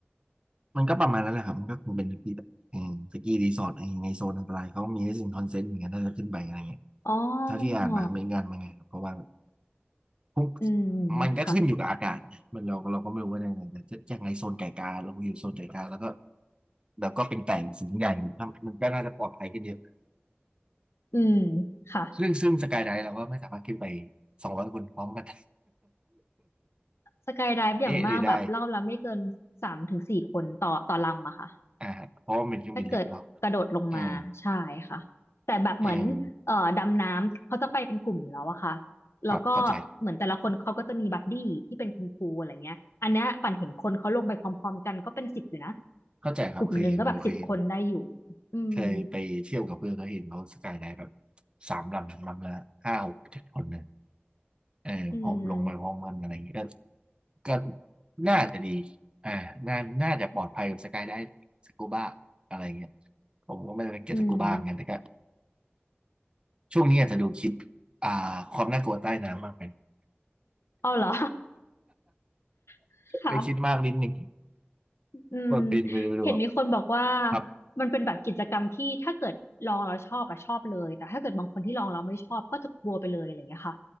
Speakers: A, on the right (about 25°); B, on the left (about 85°).
A: มันก็ประมาณนั้นแหละครับมันก็คงเป็นสกีแบบอืมสกีรีสอร์ทอะไรอย่างเงี้ยในโซนอันตรายเขามีให้สิ่งคอนเซนต์เหมือนกันถ้าจะขึ้นไปอะไรเงี้ย
B: อ๋อ
A: ถ้าที่อ่านมาไม่งานมาไงครับเพราะว่าพวก
B: อืม
A: มันก็ขึ้นอยู่กับอากาศนะมันเราเราก็ไม่รู้ว่าในไหนแต่จะยังไงโซนไก่กาเราอยู่โซนไก่กาแล้วก็
B: ค่ะ
A: แล้วก็เป็นไก่สูงใหญ่ครับมันก็น่าจะปลอดภัยขึ้นเยอะ
B: อืมค่ะ
A: ซึ่งซึ่งสกายไดฟ์เราก็ไม่สามารถขึ้นไปสองร้อยคนพร้อมกัน
B: สกายไดฟ์อย่างมากแบบรอบละไม่เกินสามถึงสี่คนต่อต่อลำอะค่ะ
A: <laughs> เอ๊ะหรือได้อ่าเพราะว่ามันเป็นเครื่องบินเล็กเนาะ
B: ถ้าเกิดกระโดดลงมาใช่ค่ะแต่แบบเหมือนเอ่อดำน้ำเขาจะไปเป็นกลุ่มอยู่แล้วอะค่ะ
A: อืมอืม
B: แล้วก็เหมือนแต่ละคนเขาก็จะมีบัดดี้ที่เป็นคุณครูอะไรเงี้ยอันเนี้ยปั่นเห็นคนเขาลงไปพร้อมๆกันก็เป็นสิบอยู่นะ
A: ครับเข้าใจเข้าใจครับเคยเห็นอยู่เคยเห็น
B: กลุ่มหนึ่งก็แบบสิบคนได้อยู่อืม
A: เคยไปเที่ยวกับเพื่อนเขาเห็นเขาสกายไดฟ์แบบสามลำลำละห้าหกเจ็ดคนเนี่ยเออพร้อมลงไปพร้อมกันอะไรอย่างเงี้ยก็
B: อืม
A: ก็น่าจะดีอ่าน่าน่าจะปลอดภัยกับสกายไดฟ์สกูบ้าอะไรอย่างเงี้ยผมก็ไม่ได้เก็บสกูบ้าเหมือนกันแต่ก็
B: อืม
A: ช่วงนี้อาจจะดูคลิปอ่าความน่ากลัวใต้น้ำมากไป
B: อ๋อาเหรอ <laughs> ค่ะ
A: ได้คิดมากนิดหนึ่ง
B: อืม
A: ก็เปดนไปดูแบบ
B: เห็นมีคนบอกว่า
A: ครับ
B: มันเป็นแบบกิจกรรมที่ถ้าเกิดลองแล้วชอบอะชอบเลยแต่ถ้าเกิดบางคนที่ลองแล้วไม่ชอบก็จะกลัวไปเลยอะไรอย่างเงี้ยค่ะ